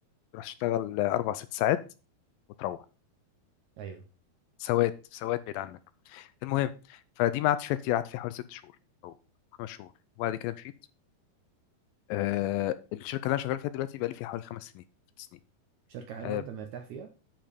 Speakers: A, on the left; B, on the right.
A: تروح تشتغل آه، اربع ست ساعات وتروح
B: ايوه
A: سواد سواد بعيد عنك المهم فدي ما قعدتش فيها كتير قعدت فيها حوالي ست شهور او خمس شهور وبعد كده مشيت آه الشركه اللي انا شغال فيها دلوقتي بقى لي فيها حوالي خمس سنين ست سنين
B: شركة حلوة
A: آه
B: انت مرتاح فيها